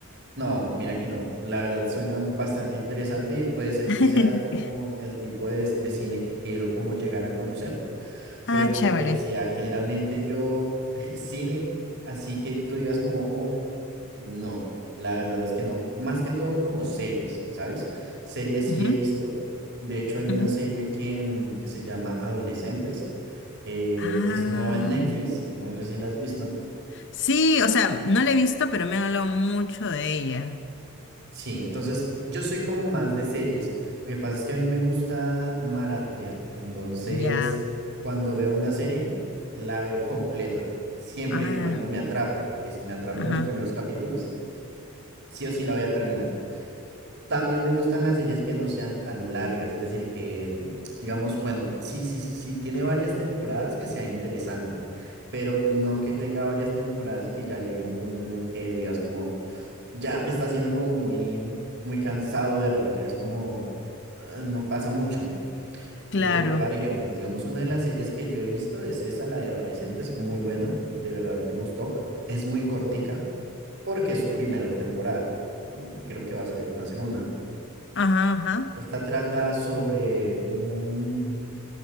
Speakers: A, on the right; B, on the left.
A: No, mira que no. La verdad suena bastante interesante y puede ser
B: <laughs>
A: que sea como el tipo de, de cine que quiero como llegar a conocer. Porque
B: Ah,
A: como
B: chévere.
A: te decía, generalmente yo <laughs> cine, así que tú digas como, uff, no, la verdad es que no. Más que todo como series, ¿sabes? Series
B: Ujú,
A: sí he visto. De hecho, hay
B: ujú.
A: una serie que, mm, que se llama Adolescentes. eh,
B: Ah,
A: es nueva en Netflix, no sé si la has visto.
B: sí, o sea, no la he visto, pero me han hablado mucho de ella.
A: Sí, entonces yo soy como más de series. Lo que pasa es que a mí me gusta maratonear. Entonces,
B: Ya.
A: cuando veo una serie, la veo completa, siempre
B: Ah,
A: y cuando me atrape, porque si me atrapan
B: ajá,
A: los primeros capítulos, sí o sí la voy a terminar. También me gustan las series que no sean tan largas, es decir, que mm, digamos, bueno, sí, sí, sí tiene varias temporadas que sea interesante, pero no que tenga varias temporadas y que ya llegue un punto en el que digas como ya me está haciendo como muy, muy cansado verla, ya es como, eh, no pasa mucho.
B: claro.
A: Eh, te puedo dar ejemplos, digamos, una de las series que yo he visto es esa, la de adolescentes, muy buena, de verdad me gustó, es muy cortica porque es su primera temporada, Mm, creo que va a salir una segunda.
B: Ajá, ajá.
A: Esta trata sobre un,